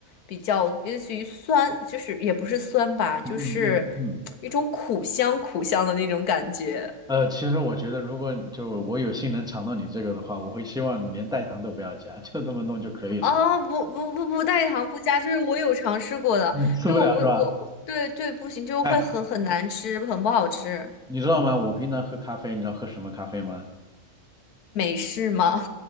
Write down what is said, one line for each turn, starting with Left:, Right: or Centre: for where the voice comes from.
Left: 比较类似于酸，就是也不是酸吧，就是
Centre: 嗯嗯嗯，
Left: 一种苦香苦香的那种感觉。
Centre: 呃，其实我觉得，如果就我有幸能尝到你这个的话，我会希望你连代糖都不要加，就这么弄就可以了。
Left: 啊，不不不不带糖不加，就是我有尝试过的，
Centre: 你吃不了是吧？
Left: 就是我我我我对对不行，就是会很很难吃，
Centre: 哎，
Left: 很不好吃。
Centre: 你知道吗？我平常喝咖啡，你知道喝什么咖啡吗？
Left: 美式吗？